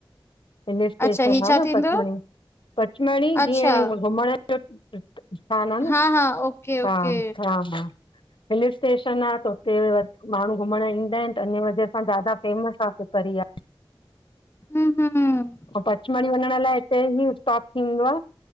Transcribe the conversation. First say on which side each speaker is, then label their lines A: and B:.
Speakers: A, on the left; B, on the left.
A: हिल स्टेशन
B: अच्छा ही
A: आ
B: छा
A: न
B: थींदो?
A: पचमडी, पचमडी
B: अच्छा
A: जीअं घुमण सान न
B: हा हा ओके ओके
A: हा ह हा <unintelligible> हिल स्टेशन आह त उते माण्हू घुमण ईंदा ईन त इन वजह सां ज्यादा। फेमस आह पिपरीया।
B: हूं हूं
A: पचमड़ी वञण लाइ हिते ई स्टॉप थींदो आह।